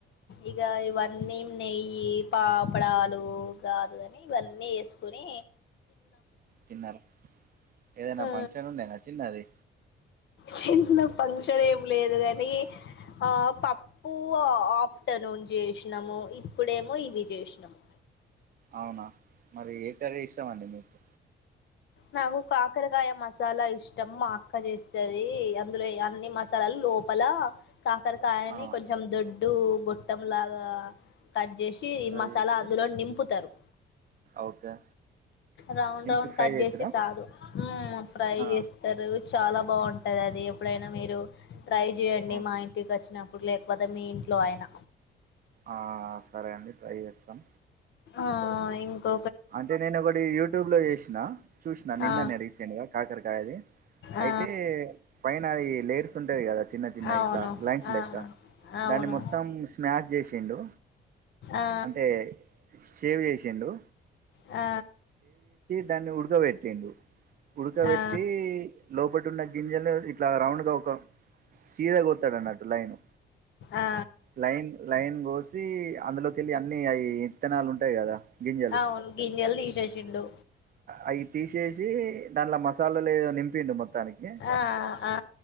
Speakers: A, on the left; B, on the right.
A: ఇగ ఇవన్నీ నెయ్యి పాపడాలు గాదుగా ఇవన్నీ యేసుకొని
B: తిన్నారు ఏదైనా
A: ఆ
B: ఫంక్షన్ ఉండేనా చిన్నది
A: చిన్న ఫంక్షన్ ఏమి లేదు గాని ఆ పప్పు ఆ ఆఫ్టర్నూన్ జేసినాము ఇప్పుడేమో ఇవి జేసినాము
B: అవునా మరి ఏ కర్రీ ఇష్టమండి మీకు
A: నాకు కాకరకాయ మసాలా ఇష్టం మా అక్క జేస్తది అందులో అన్ని మస లోపల కాకరకాయని
B: ఆ
A: కొంచెం దొడ్ గొట్టం లాగా కట్ జే షి
B: ఫ్రై
A: మసాలా
B: చేసి
A: అందులో నింపుతరు
B: ఓకే
A: రౌండ్
B: నింపి
A: రౌండ్
B: ఫ్రై
A: కట్
B: చేసుడా
A: చేసి కాదు ఉమ్ ఫ్రై
B: ఆ
A: జేస్తరు చాలా బాగుంటది అది ఎప్పుడైనా మీరు ట్రై జేయండి
B: ఆ
A: మా ఇంటికి వచ్చిన ప్పుడు లేకపోతే మీ ఇంట్లో అయిన
B: ఆ సరే అండి ట్రై చేస్తాం
A: ఆ ఇంకొ
B: అంటే నేను ఒకటి యూట్యూబ్ లో జేసిన చూసినా నిన్ననే
A: ఆ
B: రీసెంట్ గా కాకరకాయది
A: ఆ
B: అయితే పైన అది లేయర్స్ ఉంటది గదా చిన్న చిన్న
A: అవును
B: ఇట్లా లైన్స్
A: ఆ
B: లెక్క
A: అవును
B: దాన్ని మొత్తం స్మాష్ జేసిండు
A: ఆ
B: అంటే సేవ్ జేసిండు
A: ఆ
B: దాన్ని ఉడుక బెట్టిండు ఉడకబెట్టి
A: ఆ
B: లోపటున్న గింజలు ఇట్లా రౌండ్గా ఒక సీదా గొడతా డన్నట్టు లైను
A: ఆ
B: లైన్ లైన్ గోసి అందులో టి అన్ని అయి ఇత్తనాలు ఉంటయి కదా గింజలు
A: అవును గింజలు తీసేసిండు
B: అయి తీసేసి దానిట్ల మసాలా లేదో నింపిండు మొత్ మొత్తానికి
A: ఆ ఆ